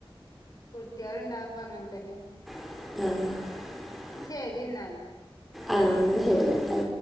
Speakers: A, on the left; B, in the centre.
A: കുട്ടികൾ ഉണ്ടാവുമ്പോ ൾ അങ്ങനെ തന്നെ
B: <unintelligible>
A: ശരി എന്നാല്
B: ആ ശരി